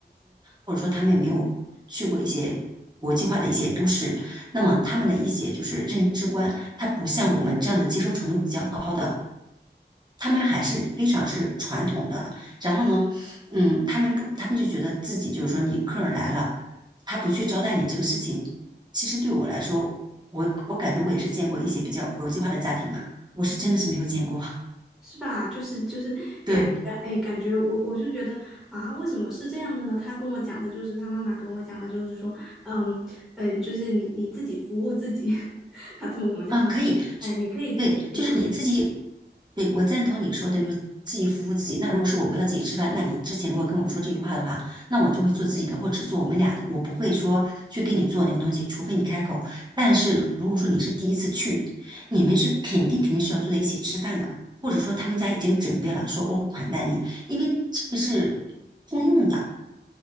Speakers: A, on the right (about 25°); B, in the centre.
A: 或者说他们也没有去过一些国际化的一些都市，那么他们的一些就是认知观，他不像我们这样的接受程度比较高的，他们还是非常是传统的。然后呢，嗯，他们不，他们就觉得自己就是说你客人来了，他不去招待你这个事情，其实对我来说，我我感觉我也是见过一些比较国际化的家庭啊，我是真的是没有见过。<laughs>
B: 是吧？就是就是感觉，
A: 对，
B: 哎，感觉我我就觉得啊，为什么是这样的呢？他跟我讲的就是他妈妈跟我讲的，就是说，嗯嗯，呃就是你你自己服务自己，<laughs> 他这么跟我讲，
A: 啊，
B: 他说，
A: 可以，
B: 哎，你可以自己去拿，
A: 对，就是你自己，对，我赞同你说的，就是自己服务自己。那如果是我我要自己吃饭，那你之前如果跟我说这句话的话，那我就会做自己的，或只做我们俩的，我不会说去给你做那个东西，除非你开口。但是如果说你是第一次去，你们是肯定肯定是要坐在一起吃饭的，或者说他们家已经准备了，说哦款待你，因为这个是通用的，